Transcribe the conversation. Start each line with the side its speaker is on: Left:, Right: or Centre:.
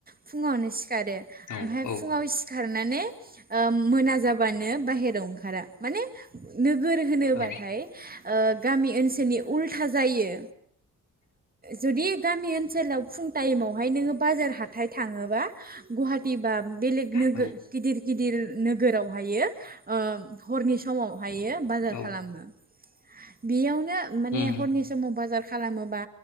Right: फुङावनो सिखारो
Left: औ
Right: ओमफ्राय
Left: औ
Right: फुङाव सिखारनानै ओ मोना जाबानो बाहेरायाव ओंखार ने नोगोर होनोबाथाय
Left: औ
Right: ओ गामि ओनसोलनि उल्था जायो ओ जुदि गामि ओनसोलाव फुं टाइमावहाय नोङो बाजार हाथाय थाङोबा गुवाहाटि बा बेलेग नोगोर
Left: औ
Right: गिदिर गिदिर नोगोरावहायो ओ हरनि समावहायो बाजार
Left: औ
Right: खालामो बेयावनो माने
Left: उम
Right: हरनि समाव बाजार खालामोबा